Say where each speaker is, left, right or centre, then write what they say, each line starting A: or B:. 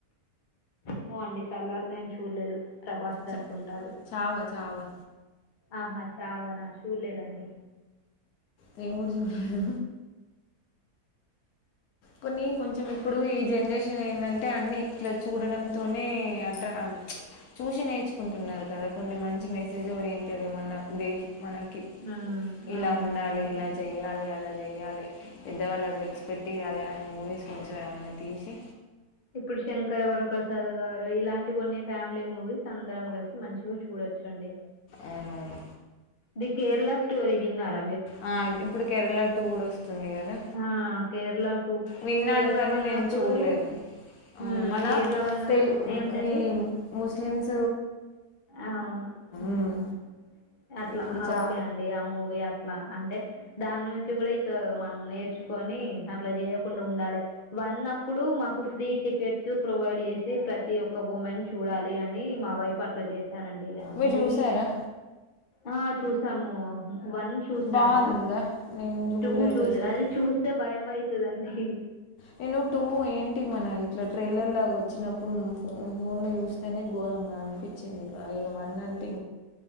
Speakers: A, on the left; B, on the left.
A: మో అండి సల్లర్ నేన్ చూలేదు ప్రభాస్ ద
B: చ
A: నుకుంటారు
B: చావా చావా
A: ఆహా చావనా చూలేదండి
B: నేను కూడా చూడలే కొన్ని కొంచెం ఇప్పుడు ఈ జనరేషన్ ఏంటంటే అన్ని ఇట్లా చూడడంతోనే అట్రా చూసి నేర్చుకుంటున్నారు కదా కొన్ని మంచి మెసేజ్ ఓరియంటెడ్ ఏమన్నా బేస్ మనకి
A: ఉమ్,
B: ఇలా
A: అవునవును
B: ఉండాలి ఇలా చెయ్యాలి అలా చెయ్యాలే పెద్దవాళ్ళు క్ రెక్స్పెక్ట్ ఇయ్యాలి అని మూవీస్ కొంచెం ఏమన్నా తీసి
A: ఇప్పుడు శంకరవర ప్రసాద్ గారు ఇలాంటి కొన్ని ఫ్యామిలీ మూవీస్ అందరం కలిసి మంచిగా చూడొచ్చండి
B: అవునవును
A: ది కేరళ స్టోరి విన్నర
B: ఆ ఇప్పుడు కేరళ టూ గుడ వస్తుంది కదా
A: ఆ, కేరళ టూ
B: విన్నానుకని
A: కేరళ వన్
B: నేను
A: అప్పుడు
B: చూడలేదు అ
A: ఉమ్,
B: మన
A: కేరళ వన్
B: తెలు
A: అప్పు ఏమిటండి
B: ఈ ము క్లిన్స్
A: అవును ఉమ్
B: మ్,
A: అట్లా
B: ఇప్పుడు చా
A: ఓకే అండి ఆ మూవీ అ ట్లా అ దాని నుంచి కూడా మనం నేర్చుకొని అట్లా చేయకుండా ఉండాలే వన్నప్పుడు మాకు ఫ్రీ టికెట్స్ ప్రొవైడ్ చేసి ప్రతి ఒక్క ఉమెన్ చూడాలి అని మా వైప్ పట్లజేస్ సానండి ఇగ
B: మీరు
A: మూవీ
B: చూసారా
A: ఆ చూసాము వన్ చూసాను
B: బాగుందా నేను చూడలేదు
A: టూ
B: అసలకి
A: అది చూస్తే భయం అవుతుందండి
B: నేను టూ ఏంటి మన ఇట్లా ట్రైలర్ లాగా వచ్చినప్పుడుం ఫోన్ ల చూస్తేనే ఘోరంగా అనిపించింది ఇక ఇక వన్ అంటే